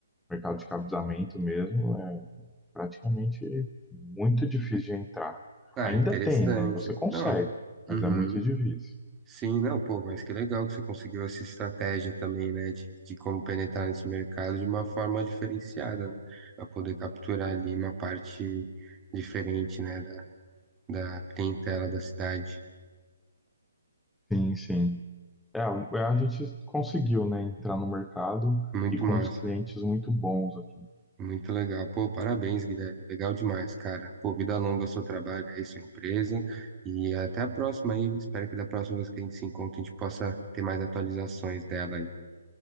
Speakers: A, in the centre; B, on the right (about 20°).
A: Mercado de cabesamento mesmo é praticamente muito difícil de entrar.
B: Ah,
A: Ainda
B: é interessante.
A: tem, né? Você consegue,
B: Não. Uhum.
A: mas é muito difícil.
B: Sim, não, pô, mas que legal que você conseguiu essa estratégia também, né, de, de como penetrar nesse mercado de uma forma diferenciada, né, para poder capturar ali uma parte diferente, né, da, da clientela da cidade.
A: Sim, sim. É, a a gente conseguiu, né, entrar no mercado
B: Muito
A: e com
B: massa.
A: uns clientes muito bons aqui.
B: Muito legal. Pô, parabéns, Guilherme. Legal demais, cara. Pô, vida longa ao seu trabalho aí, sua empresa. E até a próxima aí. Espero que da próxima vez que a gente se encontre, a gente possa ter mais atualizações dela aí.